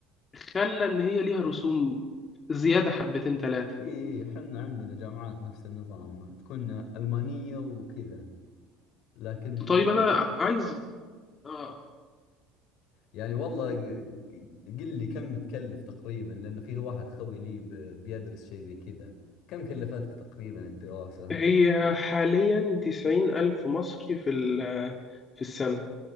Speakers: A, on the left; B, on the left.
A: خلى ان هي ليها رسوم زيادة حبتين تلاتة
B: اي احنا عندنا جامعات نفس النظام تكون ألمانية وكذا لكن اي
A: طيب انا ع- عايز اه
B: يعني والله ق- ق- قل لي كم تكلف تقريبا لأن فيه واحد خوي لي ب- بيدرس شيء زي كذا كم كلفتك تقريبا الدراسة؟
A: هي حاليا تسعين ألف مصري في ال في السنة